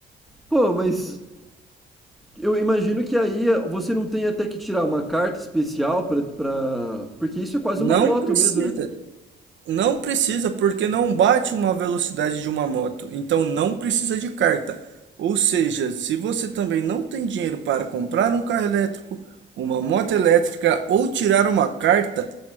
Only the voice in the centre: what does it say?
Pô, mas Eu imagino que aí eh, você não tem até que tirar uma carta especial pra, pra... Porque isso é quase
uma moto
mesmo, né?